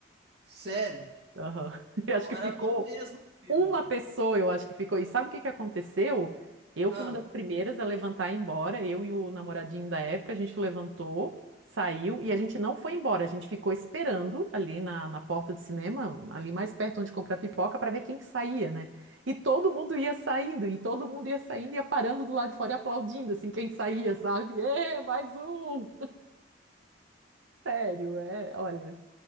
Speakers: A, on the right (about 55°); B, on the right (about 80°).
A: sério?
B: Aham. <laughs> Eu
A: Então
B: acho que ficou
A: era bom mesmo o filme.
B: uma pessoa, eu acho que ficou. E sabe o que que aconteceu? Eu fui
A: Ah,
B: uma das primeiras a levantar e ir embora. Eu e o namoradinho da época, a gente levantou, saiu e a gente não foi embora. A gente ficou esperando ali na, na porta do cinema, ali mais perto onde comprar pipoca, para ver quem que saía, né? E todo mundo ia saindo, e todo mundo ia saindo, ia parando do lado de fora e aplaudindo, assim, quem saía, sabe? Ê, mais um! Sério, é, olha